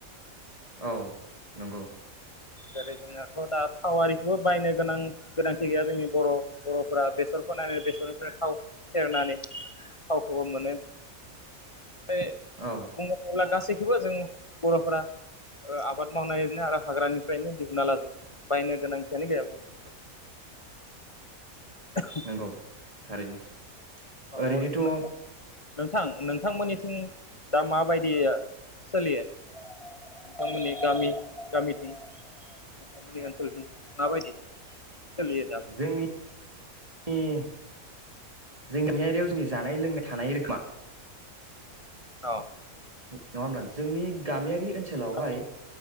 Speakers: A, on the right; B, on the left.
A: औ नोंगौ
B: जेरै जोंनाथ' दा थावारि बो बायनो गोनां गोनांथि गैया जोंनि बर' बर'फोरा बेसरफोनानै बेसरनिफ्रायनो थाव फेरेटनानै थावखौबो मोनो <unintelligible> बुंनो
A: औ
B: थाङोब्ला गासै खौबो जों बर'फोरा ओ आबाद मावनाय ओरैनो हाग्रानि फायनो दिहुनना लाजोबो बायनो गोनांथियानो गैयामोननो <inaudible>
A: नंगौ थारैनो
B: अ
A: ओरैनोथ'
B: नोंथां नोंथां नोंथांमोननिथिं दा माबायदि सोलियो नोंथांमोननि गामि गामिथिं नोंथांमोननि ओनसोलथिं माबायदि सोलियो दा
A: जोंनि <unintelligible> जोंनियारियाव जोंनि जानाय लोंनाय थानाय रोखोमा
B: औ
A: नङा होमब्ला जोंनि गामियारि ओनसोलावहाय
B: औ